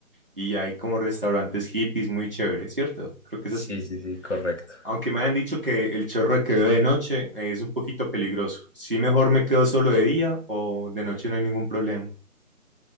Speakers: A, on the right; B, on the left.
A: y hay como restaurantes hippies muy chéveres, ¿cierto? Creo que
B: Sí,
A: es así.
B: sí, sí, correcto.
A: Aunque me han dicho que el Chorro de Quevedo de noche es un poquito peligroso. Sí, mejor me quedo solo de día o de noche no hay ningún problema.